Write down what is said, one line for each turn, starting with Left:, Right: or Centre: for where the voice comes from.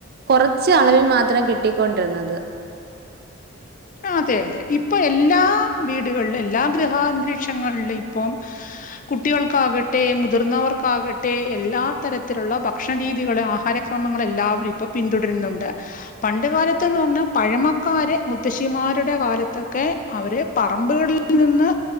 Right: കുറച്ച് അളവിൽ മാ ത്രം കിട്ടിക്കൊണ്ടിരുന്നത്
Left: അതെ അതെ ഇപ്പൊ എല്ലാ വീ ടുകളിൽ എല്ലാ ഗൃഹാന്തരീക്ഷങ്ങളിലും ഇപ്പം കുട്ടികൾക്കാകട്ടെ മുതിർന്നവർക്കാകട്ടെ എല്ലാ തരത്തിലുള്ള ഭക്ഷണരീതികള് ആഹാരക്രമങ്ങൾ എല്ലാവരും ഇപ്പൊ പിന്തുടരുന്നുണ്ട് പണ്ട് കാലത്ത്ന്ന് പറഞ്ഞാൽ പഴമക്കാര് മു ത്തശ്ശിമാരുടെ കാലത്തൊക്കെ അവര് പറമ്പുകളിൽ നിന്ന്